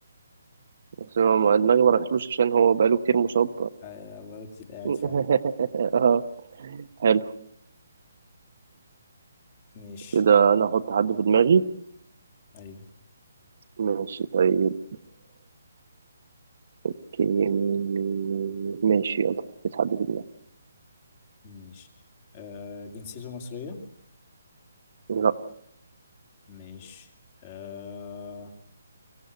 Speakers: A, on the right; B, on the left.
A: بس هو ما- دماغي ما رحتلوش عشان هو بقاله كتير مصاب
B: ايوه بقالي كتير قاعد
A: <laughs>
B: فعلا
A: اه حلو
B: ماشي
A: كده انا احط حد في دماغي
B: ايوه
A: ماشي طيب اوكي مين مين مين مين؟ ماشي يلا حط حد في دماغي
B: ماشي آه جنسيته مصرية
A: لا
B: ماشي آه